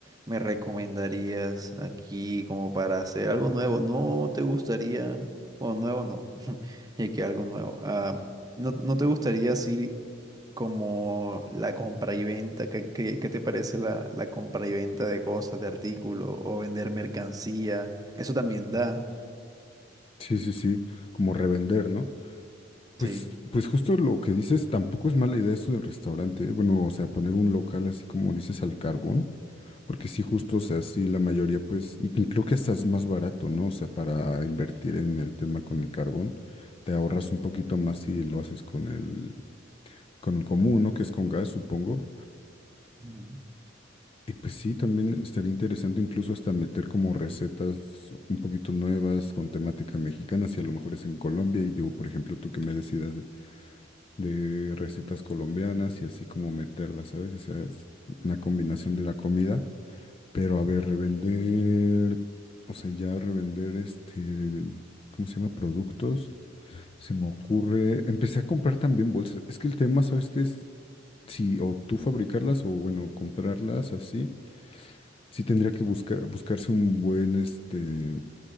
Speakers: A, on the right (about 20°); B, on the left (about 30°).
A: me recomendarías aquí como para hacer algo nuevo? ¿No te gustaría, o nuevo no, <laughs> ya que algo nuevo, ah, ¿no, no te gustaría así? como la compra y venta, ¿qué, qué- qué te parece la, la compra y venta de cosas, de artículos o vender mercancía? Eso también da.
B: Sí, sí, sí, como revender, ¿no? Pues,
A: Sí.
B: pues justo lo que dices, tampoco es mala idea eso del restaurante, ¿eh? Bueno, o sea, poner un local así como dices al carbón, porque sí, justo, o sea, sí, la mayoría, pues, y que creo que hasta es más barato, ¿no? O sea, para invertir en el tema con el carbón, te ahorras un poquito más si lo haces con el, con el común, ¿no? Que es con gas, supongo.
A: Ujú,
B: Y pues sí, también estaría interesante incluso hasta meter como recetas un poquito nuevas con temática mexicana, si a lo mejor es en Colombia y yo, por ejemplo, tú que me decidas de, de recetas colombianas y así como meterlas, ¿sabes? O sea, es una combinación de la comida, pero a ver, revender, o sea, ya revender este, ¿cómo se llama? Productos. Se me ocurre, empecé a comprar también bolsas. Es que el tema, ¿sabes qué es? Si o tú fabricarlas o bueno, comprarlas así sí tendría que buscar, buscarse un buen, este,